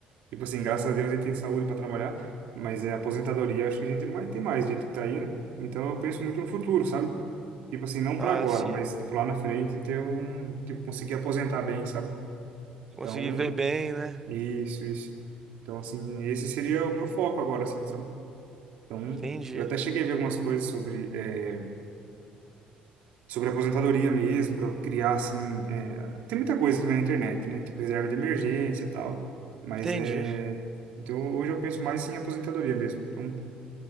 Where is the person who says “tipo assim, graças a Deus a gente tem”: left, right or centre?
Right